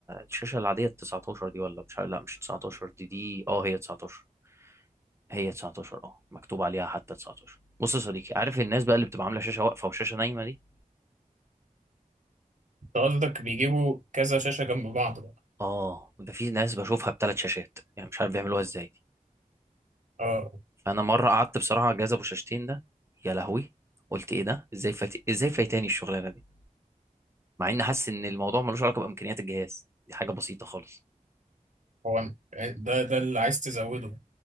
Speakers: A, on the right; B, on the right.
A: الشاشه العاديه ال 19 دي ولا مش لا مش 19 دي دي اه هي 19 هي 19 اه مكتوب عليها حتى 19 بص يا صديقي عارف الناس بقى اللي بتبقى عامله شاشه واقفه وشاشه نايمه دي
B: انت قصدك بيجيبوا كذا شاشة جنب بعض بقى
A: اه ده في ناس بشوفها بثلاث شاشات يعني مش عارف بيعملوها ازاي دي
B: اه
A: فانا مره قعدت بصراحه على الجهاز ابو شاشتين ده يا لهوي قلت ايه ده ازاي فايت... ازاي فايتاني الشغلانه دي مع اني حاسس ان الموضوع ملوش علاقه بامكانيات الجهاز دي حاجه بسيطه خالص
B: هو أنا- ده ده اللي عايز تزوده